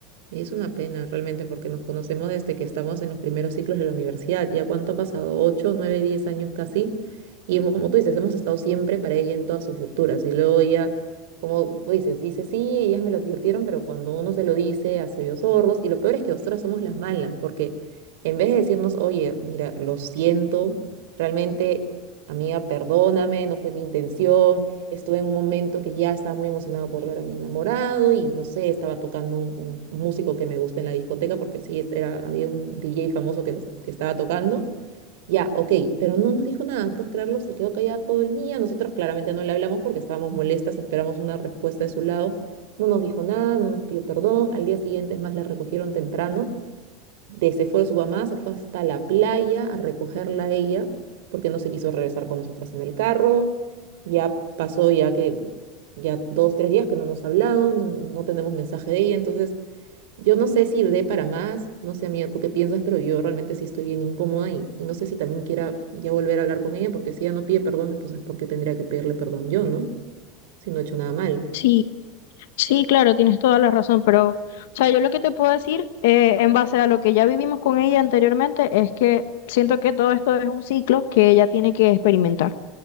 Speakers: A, on the right; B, on the left.
A: Y es una pena realmente porque nos conocemos desde que estamos en los primeros ciclos de la universidad. ¿Ya cuánto ha pasado? ¿Ocho, nueve, diez años casi? Y hemos, como tú dices, hemos estado siempre para ella en todas sus rupturas. Y luego ella, como tú dices, dice, sí, ellas me lo advirtieron, pero cuando uno se lo dice, hace oídos sordos. Y lo peor es que nosotras somos las malas, porque en vez de decirnos, oye, mira, lo siento, realmente, amiga, perdóname, no fue mi intención Estuve en un momento que ya estaba muy emocionado por ver a mi enamorado y no sé, estaba tocando un, un músico que me gusta en la discoteca porque sí, este era, había un DJ famoso que, les- que estaba tocando. Ya, ok, pero no nos dijo nada, puedes creerlo, se quedó callada todo el día. Nosotros claramente no le hablamos porque estábamos molestas, esperamos una respuesta de su lado. No nos dijo nada, no nos pidió perdón. Al día siguiente, es más, la recogieron temprano de- se fue de su mamá, se fue hasta la playa a recogerla a ella, porque no se quiso regresar con nosotras en el carro. Ya pasó ya que ya dos, tres días que no nos ha hablado, no, no tenemos mensaje de ella, entonces yo no sé si dé para más, no sé amiga, tú qué piensas, pero yo realmente sí estoy bien incómoda y, y no sé si también quiera ya volver a hablar con ella, porque si ella no pide perdón, entonces ¿por qué tendría que pedirle perdón yo, no? Si no he hecho nada malo.
B: Sí, Sí, claro, tienes toda la razón, pero, o sea, yo lo que te puedo decir eh, en base a lo que ya vivimos con ella anteriormente es que siento que todo esto es un ciclo que ella tiene que experimentar.